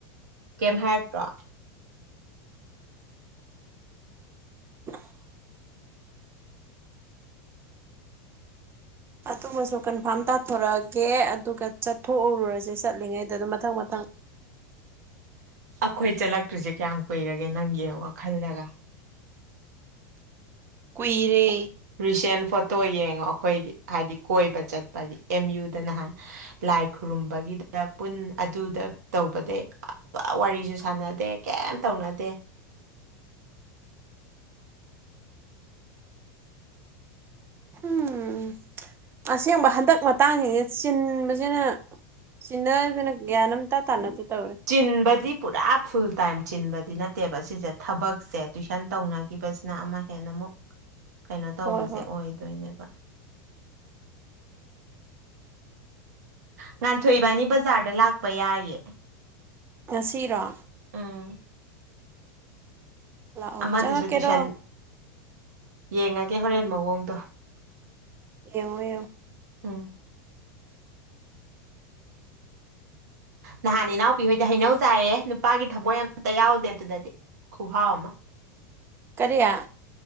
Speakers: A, on the right (about 60°); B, on the right (about 25°).
A: ꯀꯦꯝ ꯍꯥꯏꯔꯛꯇ꯭ꯔꯣ
B: <inaudible> ꯑꯗꯨꯕꯨꯁꯨ ꯀꯟꯐꯥꯔꯝ ꯇꯥꯊꯣꯔꯛꯑꯒꯦ ꯑꯗꯨꯒ ꯆꯠꯊꯣꯛꯎꯔꯨꯔꯁꯦ ꯆꯠꯂꯤꯉꯩꯗ ꯑꯗꯨꯝ ꯃꯊꯪ ꯃꯊꯪ
A: ꯑꯩꯈꯣꯏ ꯆꯠꯂꯛꯇ꯭ꯔꯤꯁꯦ ꯀꯌꯥꯝ ꯀꯨꯏꯔꯒꯦ ꯅꯪ ꯌꯦꯡꯉꯣ ꯈꯜꯂꯒ
B: ꯀꯨꯏꯔꯦ
A: ꯔꯤꯁꯦꯟ ꯐꯣꯇꯣ ꯌꯦꯡꯉꯣ ꯑꯩꯈꯣꯏꯒꯤ ꯍꯥꯏꯗꯤ ꯀꯣꯏꯕ ꯆꯠꯄꯒꯤ ꯑꯦꯝ ꯌꯨꯗ ꯅꯍꯥꯟ ꯂꯥꯏ ꯈꯨꯔꯨꯝꯕꯒꯤꯗ ꯄꯨꯟ ꯑꯗꯨꯗ ꯇꯧꯕꯗ ꯄꯨ ꯋꯥꯔꯤꯁꯨ ꯁꯥꯟꯅꯗꯦ ꯀꯩꯝ ꯇꯧꯅꯗꯦ <inaudible>
B: ꯎꯝ ꯑꯁꯦꯡꯕ ꯍꯟꯗꯛ ꯃꯇꯥꯡꯁꯤꯅ ꯆꯤꯟꯕꯁꯤꯅ ꯁꯤꯅ ꯑꯗꯨꯅ ꯒ꯭ꯌꯥꯟ ꯑꯝ ꯏꯇꯥꯟ ꯇꯅꯗꯤ ꯇꯧꯔꯦ
A: ꯆꯤꯟꯕꯗꯤ ꯄꯨꯔꯥ ꯐꯨꯜ ꯇꯥꯏꯝ ꯆꯤꯟꯕꯗꯤ ꯅꯠꯇꯦꯕ ꯁꯤꯁꯦ ꯊꯕꯛꯁꯦ ꯇꯨꯏꯁꯟ ꯇꯧꯅ ꯀꯤꯕꯁꯤꯅ ꯑꯃ ꯍꯦꯟꯅ ꯑꯃꯨꯛ ꯀꯩꯅꯣ ꯇꯧꯕꯁꯦ
B: ꯍꯣꯏ ꯍꯣꯏ
A: ꯑꯣꯏꯗꯣꯏꯅꯦꯕ ꯉꯥꯟꯊꯣꯏꯕꯥꯅꯤ ꯕꯖꯥꯔꯗ ꯂꯥꯛꯄ ꯌꯥꯏꯌꯦ
B: ꯉꯁꯤꯔꯣ
A: ꯎꯝ
B: ꯂꯥꯛꯑꯣ
A: ꯑꯃꯗꯨꯁꯨ
B: ꯆꯪꯉꯛꯀꯦꯔꯣ
A: ꯇꯨꯏꯁꯟ ꯌꯦꯡꯉꯒꯦ ꯍꯣꯔꯦꯟ ꯃꯑꯣꯡꯗꯣ
B: ꯌꯦꯡꯉꯣ ꯌꯦꯡꯉꯣ
A: ꯎꯝ ꯅꯍꯥꯟ ꯏꯅꯥꯎꯄꯤꯍꯣꯏꯗ ꯍꯩꯅꯧ ꯆꯥꯏꯌꯦ ꯅꯨꯄꯥꯒꯤ ꯊꯃꯣꯏ ꯑꯝꯇ ꯌꯥꯎꯗꯦ ꯑꯗꯨꯗꯗꯤ ꯈꯨꯍꯥꯎ ꯑꯃ
B: ꯀꯔꯤꯌꯥ